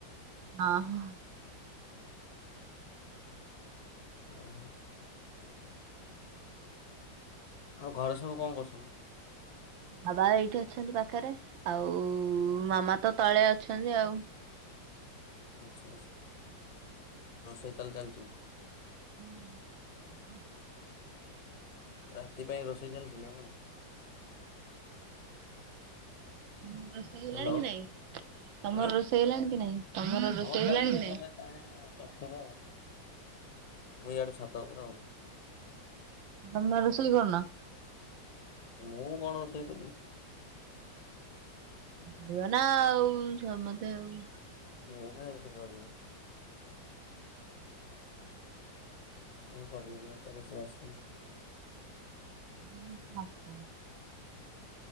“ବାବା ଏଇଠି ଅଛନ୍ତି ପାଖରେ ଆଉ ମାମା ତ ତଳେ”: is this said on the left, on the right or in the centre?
Right